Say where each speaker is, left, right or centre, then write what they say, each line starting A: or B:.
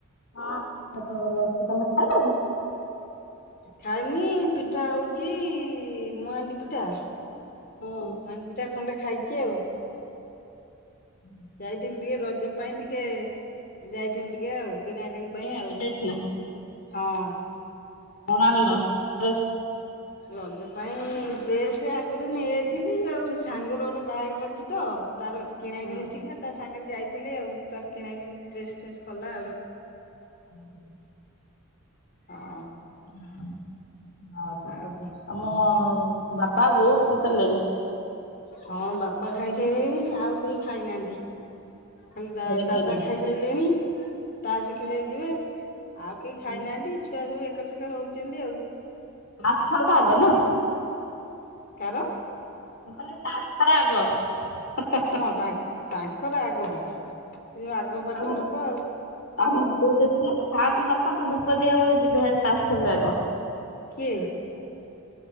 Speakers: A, on the left; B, on the left.
A: ହଁ ଦେହ ପା ଭଲ ଅଛି ତମେ ଖାଇଲଣି?
B: ଖାଇନି ପିଠା ହଉଚି ମୁଆ ଆଣ୍ଡି ପିଠା।
A: ହୁଁ
B: ମଣ୍ଡ ପିଠା ଖଣ୍ଡେ ଖାଇଛି ଆଉ।
A: ହୁଁ
B: ଯାଇଥିଲି ଟିକେ ରଜ ପାଇଁ ଟିକେ ଯାଇ ଟିକେ ଆଉ କିଣା କିିଣି ପାଇଁ
A: କିଣିବା
B: ଆଉ
A: ଯାଇଥିଲା
B: ହଁ।
A: କଣ ଆଣିଲ? ଡ୍ରେସ୍?
B: ରଜ ପାଇଁ ଡ୍ରେସ୍ ଆଗରୁ ନେଇଯାଇଥିଲି ଆଉ ସାଙ୍ଗର ଗୋଟେ ବାହାଘର ଅଛି ତ ତାର କିଣା
A: ହଁ
B: କିିଣି ଥିଲା ତା ସାଙ୍ଗରେ ଯାଇଥିଲେ ଆଉ ତାର କିଣା କିିଣି ଡ୍ରେସ୍ ଫ୍ରେସ୍ କଲା ଆଉ।
A: ହ ହ
B: ହଁ।
A: ହଁ ଆଉ।
B: ଆଉ କଣ?
A: ମ ବାପା ବୋଉ ଖାଇସାରିଲେଣି?
B: ହଁ ବାପା ଖାଇସାରିଲେଣି ଆଉ କେହି ଖାଇନାହାନ୍ତି। ଖାଲି ଦାଦା
A: ଘରେ ଖାଇନାହାନ୍ତି?
B: ଖାଇସାରିଲେଣି। ତାସ ଖେଳିବାକୁ ଯିବେ ଆଉ କେହି ଖାଇନାହାନ୍ତି
A: ହୁଁ।
B: ଛୁଆ ସବୁ ଏକର ସେକର ହଉଛନ୍ତି ଆଉ।
A: ମାଛ ଖାଉଦ ଆଗ ନା।
B: କାର?
A: ମୁଁ କହିଲି ତାସ ଖେଳ ଆଗ।
B: ତାଙ୍କ ତାଙ୍କର ଆଗ ସେ ଯଉ ଆଗ ପାଟି
A: ଆମ
B: ଲୋକ ଆଉ।
A: ଆମ ବୋଉ ଦେଖୁ ନା ଖାଆନ୍ତୁ ନ ଖାଆନ୍ତୁ ଧୁପ ଦିଆ ବେଳେ ଯିବେ ହାରି। ତାସ ଖେଳ ଆଗ।
B: କିଏ